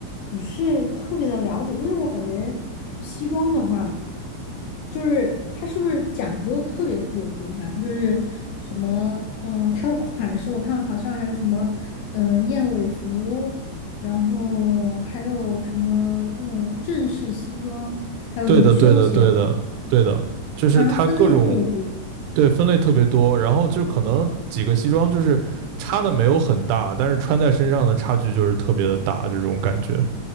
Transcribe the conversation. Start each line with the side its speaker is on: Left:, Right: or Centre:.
Left: 不是特别的了解，因为我感觉西装的话，就是它是不是讲究特别特别多啊？就是什么嗯，它的款式我看好像还有什么嗯燕尾服，然后还有什么那种正式西装，还有休闲，
Right: 对的，对的，对的，对的，就是它各种
Left: 好像分类特别多。
Right: 对分类特别多，然后就可能几个西装就是差的没有很大，但是穿在身上的差距就是特别的大，就这种感觉，